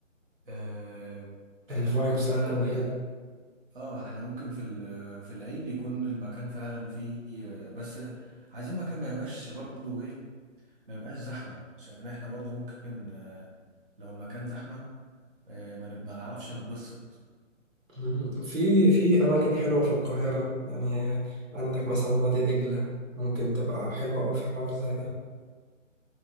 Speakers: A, on the right; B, on the right.
A: آه احنا
B: الفايبس
A: ممكن فعلا
B: هتكون حلو
A: اه احنا ممكن في ال... في العيد يكون المكان فعلا فيه آه، بس عايزين مكان ما يبقاش برضه ايه ما يبقاش زحمة عشان احنا برضو ممكن آه، لو المكان زحمة آه، ما نب- ما نعرفش نتبسط
B: مم. في في أماكن حلوة في القاهرة يعني عندك مثلا وادي دجلة ممكن تبقى حلوة أوي في حوار زي ده